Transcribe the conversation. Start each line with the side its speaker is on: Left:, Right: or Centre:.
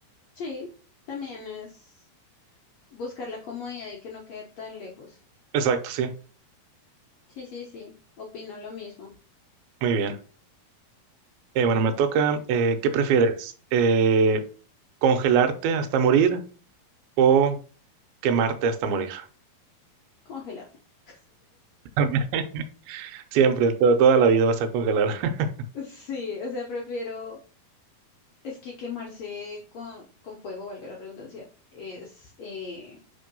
Left: Sí, también es buscar la comodidad y que no quede tan lejos.
Right: Exacto, sí.
Left: Sí, sí, sí, opino lo mismo.
Right: Muy bien. Eh, bueno, me toca. Eh, ¿qué prefieres?
Left: Y
Right: Eh, ¿congelarte hasta morir? o quemarte hasta morir.
Left: congelarme. <laughs>
Right: <laughs> Siempre, to- toda la vida vas a congelar. <laughs>
Left: Sí, o sea, prefiero, es que quemarse con, con fuego, valga la redundancia, es, eh,